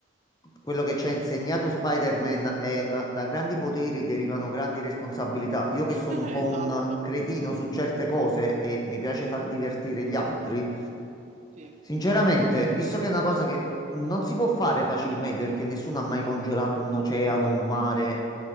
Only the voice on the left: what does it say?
quello che ci ha insegnato Spider-Man è eh, da grandi poteri derivano grandi responsabilità. Io che
sono un po'
un cretino su certe cose e mi piace far divertire gli altri,
sinceramente, visto che è una cosa che non si può fare facilmente perché nessuno ha mai congelato un oceano, un mare